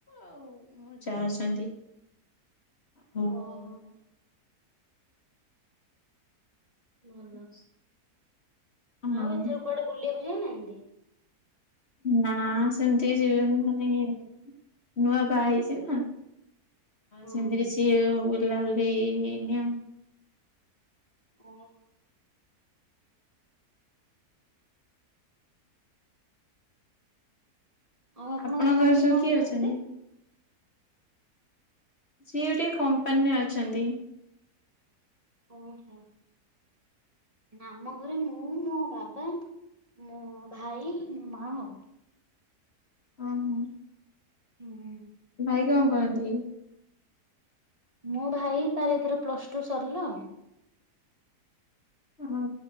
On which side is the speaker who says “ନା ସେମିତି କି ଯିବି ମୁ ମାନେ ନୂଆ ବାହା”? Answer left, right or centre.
Left